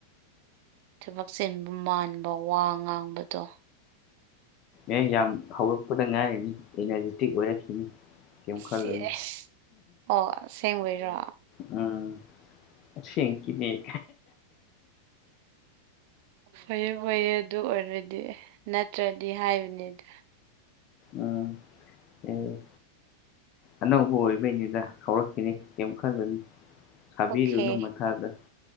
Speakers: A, on the right (about 45°); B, on the left (about 35°).
A: ꯊꯕꯛ ꯆꯤꯟꯕ ꯃꯥꯟꯕ ꯋꯥ ꯉꯥꯡꯕꯗꯣ
B: ꯑꯦ ꯌꯥꯝ ꯍꯧꯔꯛꯄꯗ ꯉꯥꯏꯔꯤꯅꯤ ꯏꯅꯔꯖꯤꯇꯤꯛ ꯑꯣꯏꯔꯛꯈꯤꯅꯤ ꯀꯩꯝ ꯈꯜꯂꯨꯅꯨ
A: ꯁꯦꯁ ꯑꯣ ꯑꯁꯦꯡꯕꯩꯔꯣ
B: ꯎꯝ ꯑꯁꯦꯡꯀꯤꯅꯦ
A: ꯐꯩꯌꯦ ꯐꯩꯌꯦ ꯑꯗꯨ ꯑꯣꯏꯔꯗꯤ ꯅꯠꯇ꯭ꯔꯗꯤ ꯍꯥꯏꯕꯅꯤꯗ
B: ꯎꯝ ꯑꯦ ꯑꯅꯧꯕ ꯑꯣꯏꯕꯩꯅꯤꯗ ꯍꯧꯔꯛꯈꯤꯅꯤ ꯀꯩꯝ ꯈꯜꯂꯨꯅꯨ ꯁꯥꯕꯤꯔꯨꯅꯨ
A: ꯑꯣꯈꯦ
B: ꯃꯊꯥꯗ